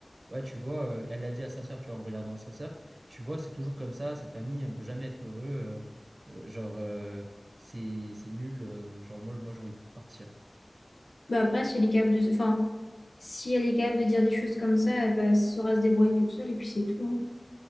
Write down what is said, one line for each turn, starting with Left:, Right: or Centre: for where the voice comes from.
Right: ouais, tu vois, euh, elle l'a dit à sa sœur, tu vois, en regardant à sa sœur. Tu vois, c'est toujours comme ça, cette famille, on peut jamais être heureux. euh, euh, genre, euh, c'est c'est nul. euh, genre, moi, moi j'ai envie de partir.
Left: Bah après, si elle est capable de, enfin, si elle est capable de dire des choses comme ça, bah, elle saura se débrouiller toute seule et puis c'est tout. hein.